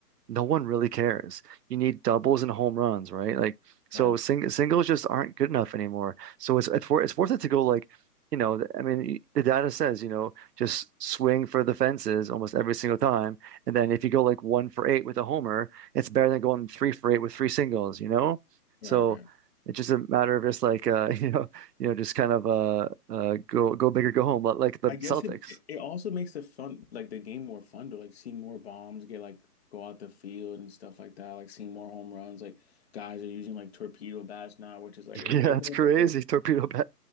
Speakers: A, on the right; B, on the left.
A: no one really cares. You need doubles and home runs, right? Like so
B: right,
A: sing singles just aren't good enough anymore. So it's it's worth it's worth it to go like, you know, th- I mean, y- the data says, you know, just swing for the fences almost every single time. And then if you go like one for eight with a homer, it's better than going three for eight with three singles, you know?
B: right,
A: So
B: right.
A: it's just a matter of just like uh, <laughs> you know, you know, just kind of uh uh go go big or go home, li- like the
B: I
A: Celtics.
B: guess it it also makes the fun like the game more fun to like see more bombs get like go out the field and stuff like that. Like seeing more home runs. Like guys are using like torpedo bats now, which is like
A: <laughs>
B: it,
A: Yeah,
B: it
A: that's
B: brings,
A: crazy.
B: like, the,
A: Torpedo bat.